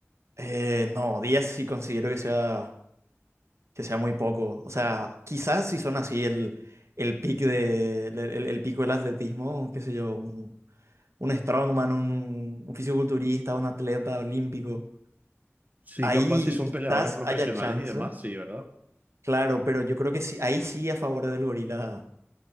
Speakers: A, on the right; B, on the right.
A: Eh, no, 10 sí considero que sea, que sea muy poco. O sea, quizás si son así el, el pic de, el, el- el pico del atletismo, qué sé yo, un, un strongman, un, un fisiculturista, un atleta olímpico.
B: Sí,
A: Ahí
B: capaz si son
A: quizás
B: peleadores profesionales
A: haya chance,
B: y demás, sí, ¿verdad?
A: claro, pero yo creo que sí, ahí sí a favor del gorila.